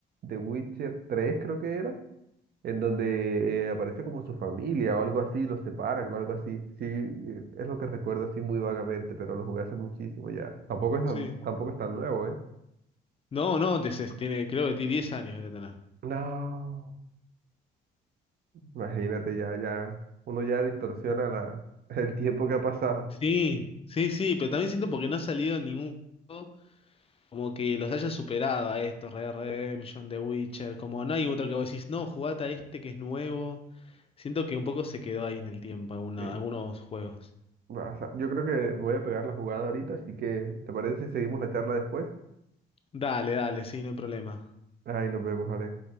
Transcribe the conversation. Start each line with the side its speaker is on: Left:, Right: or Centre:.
Right: The Witcher tres creo que era. en donde eh, aparece como su familia o algo así, los separan o algo así. Sí, eh, es lo que recuerdo así muy vagamente, pero lo jugué hace muchísimo ya. Tampoco es
Left: Sí.
Right: tan, tampoco es tan nuevo, ¿eh?
Left: No, no, te- se- tiene, creo que tiene 10 años de tener.
Right: No, imagínate ya, ya, uno ya distorsiona la, <laughs> el tiempo que ha pasado.
Left: Sí, sí, sí, pero también siento porque no ha salido ningún juego Como que los hayas superado a estos, Red Dead Redemption, The Witcher, como no hay otro que vos decís, no, jugate a este que es nuevo. Siento que un poco se quedó ahí en el tiempo alguna-
Right: Eh,
Left: algunos juegos.
Right: vas a- yo creo que voy a pegar la jugada ahorita, así que ¿te parece si seguimos la charla después?
Left: Dale, dale, sí, no hay problema.
Right: Ay, nos vemos, Ale.